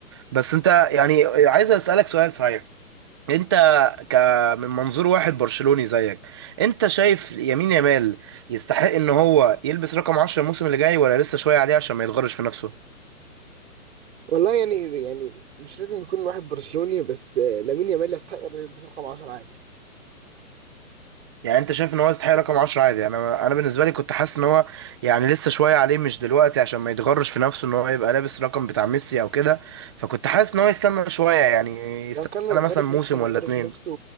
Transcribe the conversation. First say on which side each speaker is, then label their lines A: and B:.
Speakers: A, on the right; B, on the right.
A: بس انت يعني عايز اسالك سؤال صحيح انت ك من منظور واحد برشلوني زيك انت شايف يمين يامال يستحق ان هو يلبس رقم 10 الموسم اللي جاي ولا لسه شويه عليه عشان ما يتغرش في نفسه
B: والله يعني يعني مش لازم يكون واحد برشلوني بس آه لامين يامال يستحق يلبس رقم 10 عادي
A: يعني انت شايف ان هو يستحق رقم 10 عادي يعني انا انا بالنسبه لي كنت حاسس ان هو يعني لسه شويه عليه مش دلوقتي عشان ما يتغرش في نفسه ان هو يبقى لابس رقم بتاع ميسي او كده فكنت حاسس ان هو يستنى شويه يعني يستنى
B: لو كان يتغير
A: مثلا
B: في
A: موسم
B: نفسه كان
A: ولا
B: يتغير
A: اتنين
B: في نفسه